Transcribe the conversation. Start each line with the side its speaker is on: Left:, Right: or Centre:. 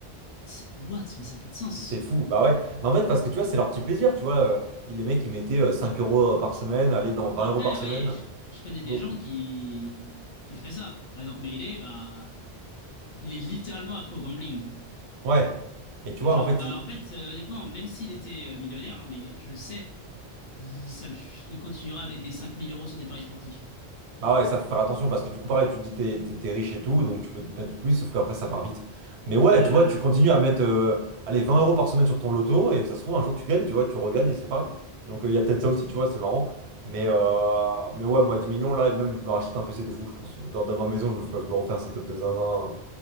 Left: C'est- What? Mais ça n'a pas de sens.
Right: Tu te dis c'est fou, bah ouais. Mais en fait, parce que tu vois, c'est leur petit plaisir, tu vois. euh, les mecs, ils mettaient euh, 5 euros euh, par semaine, aller dans 20
Left: Après,
Right: euros par semaine.
Left: oui, je, je connais des
Right: Donc,
Left: gens qui, qui feraient ça. Par exemple, Melee, bah, il est littéralement accro au gambling.
Right: ouais. Et tu
Left: Et
Right: vois,
Left: genre,
Right: en fait,
Left: bah,
Right: ils,
Left: en fait, euh, honnêtement, même s'il était euh, millionnaire, hein, Melee, je le sais, il, ça le- il continuera à mettre des 5000 euros sur des paris sportifs.
Right: Bah ouais, ça faut faire attention parce que du coup, pareil, tu te dis t'es, t'es, t'es riche et tout, donc tu peux te mettre plus, sauf qu'après ça part vite. Mais ouais,
Left: Bah,
Right: tu vois, tu continues à mettre euh, allez, 20 euros par semaine sur ton loto et ça se trouve, un jour tu gagnes, tu vois, tu regagnes et c'est pareil. Donc euh, il y a peut-être ça aussi, tu vois, c'est marrant. Mais, euh, mais ouais, moi 10 millions là, et même je me rachète un PC de fou, je pense. Dans, dans ma maison, je me, fais- je me refais un setup de zinzin, euh,